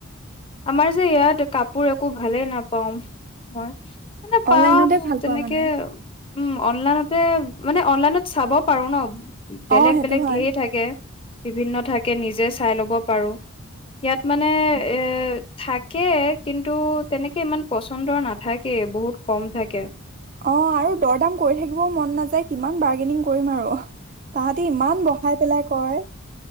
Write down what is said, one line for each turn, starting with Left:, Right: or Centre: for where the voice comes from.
Left: আমাৰ যে ইয়াত কাপোৰ একো ভালেই নাপাওঁ মই মানে
Right: অনলাইনতে
Left: পাও
Right: ভাল
Left: তেনেকে
Right: পোৱা মানে
Left: উম অনলাইনত মানে অনলাইনত চাব পাৰো ন বেলেগ
Right: অ সেইটো
Left: বেলেগ
Right: হয়
Left: ধঢেৰ থাকে বিভিন্ন থাকে নিজে চাই ল'ব পাৰো ইয়াত মানে এ থাকে কিন্তু তেনেকে ইমান পচন্দৰ নাথাকে বহুত কম থাকে
Right: অ আৰু দৰ দাম কৰি থাকিব মন নাযায় কিমান বাৰ্গেনিং কৰিম আৰু তাহাতি ইমান বহাই পেলাই কয়